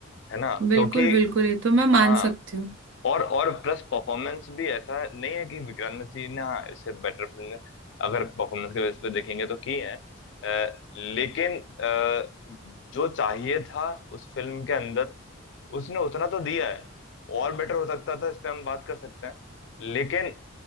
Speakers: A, on the left; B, on the right.
A: है ना
B: बिल्कुल
A: क्योंकि
B: बिल्कुल ये तो मैं
A: हाँ
B: मान सकती हूँ
A: और और प्लस परफॉर्मेंस भी ऐसा नहीं है कि विक्रांत मैसी ने हाँ इससे बेटर फिल्म अगर परफॉर्मेंस के बेस पे देखेंगे तो की है अ, लेकिन अ, जो चाहिए था उस फिल्म के अंदर उसने उतना तो दिया है और बेटर हो सकता था इस पे हम बात कर सकते हैं लेकिन